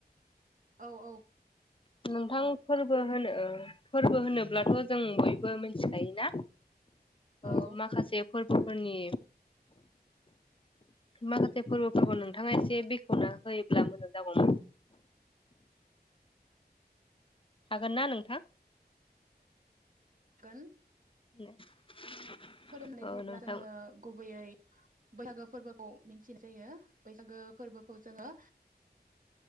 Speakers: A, on the right (about 55°); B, on the left (about 30°).
A: औ औ
B: नोंथां
A: खोनादों
B: फोरबो होनो फोरबो होनोब्लाथ' जों बयबो मिथिखायोना अ
A: औ
B: माखासे <unintelligible> <unintelligible> फोरनि माखासे फोरबोफोरखौ नोंथाङा एसे बेखेवना होयोब्ला मोजां जागौमोन हागोन ना नोंथां
A: गोन
B: <unintelligible>
A: फोरोंनाय
B: औ
A: बब्ला
B: नोंथां
A: जोङो गुबैयै बैसागो फोरबोखौ मिथिनाय जायो बैसागो फोरबोखौ जोङो